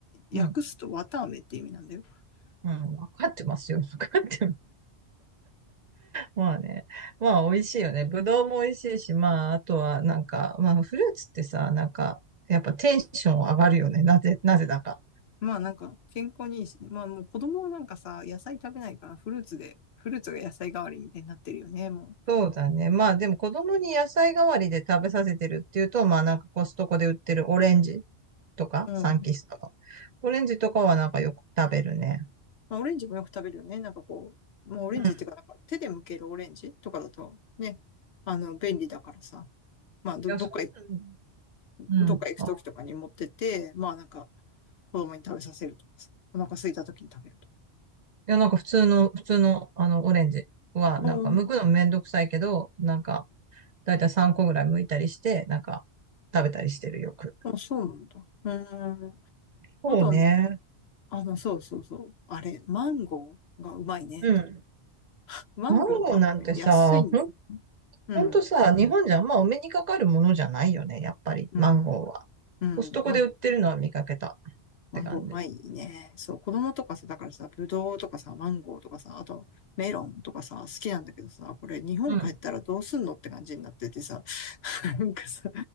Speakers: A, on the right; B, on the left.
A: うん、
B: 訳すと綿飴って意味なんだよ。
A: うん、わかってますよ。わかってまあね。まあ美味しいよね。ぶどうも美味しいし、まああとはなんか、まあフルーツってさ、なんか、やっぱテンション上がるよね。なぜ、なぜだか。
B: まあなんか健康にいいしね。まあもう子供はなんかさ、野菜食べないからフルーツで、フルーツが野菜代わりみたいになってるよね、も
A: そうだね。まあでも子供に野菜代わりで食べさせてるっていうと、まあなんかコストコで売ってるオレンジとか、
B: う。うん。
A: サンキストの。オレンジとかはなんかよく食べるね。
B: まあオレンジもよく食べるよね。なんかこう、もうオレンジっていうか、
A: うん。い
B: なんか手で剥けるオレンジとかだとね、あの、便利だからさ。まあど、
A: や、
B: どっか行く、
A: そういうの、
B: どっか行く時とかに持ってて、
A: うん。あ
B: まあなんか子供に食べさせるとかさ。お腹空いた時に食べるとか。
A: いや、なんか普通の、普通の、あの、オレンジは、
B: うん。
A: なんか剥くのめんどくさいけど、なんか、だいたい3個ぐらい剥いたりして、なんか食べたりしてるよく。
B: あ、そうなんだ。うん。
A: そうね。
B: あとはね、あの、そうそうそう。あれ、マンゴーがうまいね、
A: うん。
B: と。マンゴーとかも安いんで。
A: マンゴーなんてさ、ほん、
B: うん。
A: ほんとさ、日本じゃあんまお目にかかるものじゃないよね、やっぱり、
B: うん。
A: マンゴーは。
B: うん。
A: コストコで売ってるのは見かけたっ
B: まあ、マンゴーうまいね。
A: て感じ。
B: そう、子供とかさ、だからさ、ブドウとかさ、マンゴーとかさ、あとメロンとかさ、好きなんだけどさ、これ日本帰ったらどうすんのって感じになっててさ、
A: うん。
B: <laughs> なんかさ、